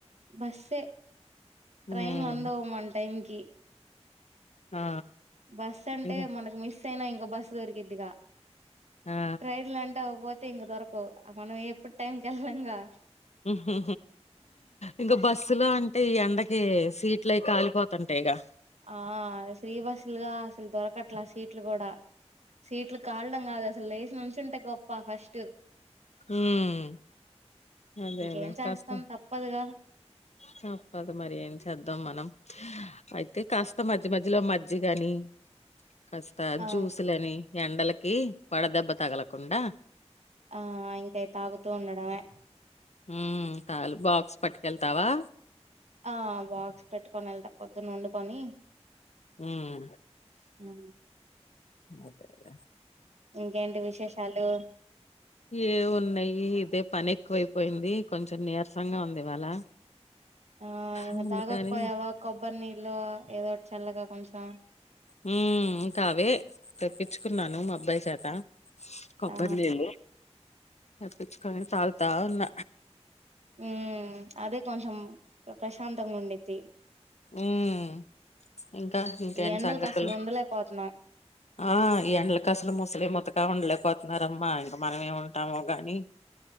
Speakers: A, on the right (about 75°); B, on the left (about 75°).
A: బస్సే ట్రైన్లు
B: ఉమ్
A: అందవు మన టైంకి
B: ఆ
A: బస్ అంటే
B: ఇగ
A: మనకు మిస్ అయినా ఇంకో బస్సు దొరికిద్దిగా
B: ఆ
A: ట్రైన్లు అంటే ఒక పోతే ఇంక దొరకవు మనం ఎప్పుడు టైంకేళ్లంగా
B: హా ఇంకా బస్సు లో అంటే ఈ ఎండకి సీట్లు అయి కాలిపోతంటాయి గా
A: ఆ ఫ్రీ బస్లుగా అసలు దొరకట్లా సీట్ ట్లు కూడా సీట్లు కాల్డం కాదు అసలు లేచి నుంచిుంటే గొప్ప ఫస్ట్
B: ఉమ్ అదేలే
A: ఇంకేం చేస్తాం
B: కాస్త
A: తప్పదుగా
B: తప్పదు మరి ఏం చేద్దాం మనం అయితే కాస్త మధ్య మధ్యలో మజ్జిగ ని కాస్త
A: ఆ
B: జ్యూసులని ఎండలకి వడదెబ్బ తగలకుండా
A: ఆ ఇంకయి తాగుతూ ఉండడమే
B: హూ కాల్ బాక్స్ పట్కెళ్తావా
A: ఆ బాక్స్ పెట్టుకోనెల్త పొద్ దునొండుకొని
B: ఉమ్
A: ఆ
B: అదే లే
A: ఇంకేంటి విశేషాలు
B: ఏ ఉన్నయి ఇదే పన్నెక్కువైపోయింది. కొంచెం నీరసంగా ఉంది ఇవాళ.
A: ఆ ఇగ
B: అందుకని
A: తాగకపోయావా కొబ్బరినీళ్ళో ఏదోటి చల్లగా కొంచెం
B: మ్మ్ ఇంకవే తెప్పిచ్చుకున్నాను మా అబ్బాయి చేత కొబ్బరినీల్లు
A: ఆ
B: తెప్పిచ్చుకోగానే తాగుతా ఉన్న
A: మ్మ్ అదే కొంచెం ప్రశాంతంగా ఉండిద్ది.
B: ఉమ్ ఇంకా ఇంకేంటి
A: ఈ ఎండలకు
B: సంగతులు
A: అస్సల్ ఉండలేకపోతున్నాం
B: ఆ ఈ ఎండలకి అసలు ముసలి ముతకా ఉండలేకపోతున్నారమ్మా ఇంకా మనం ఏముంటామో గాని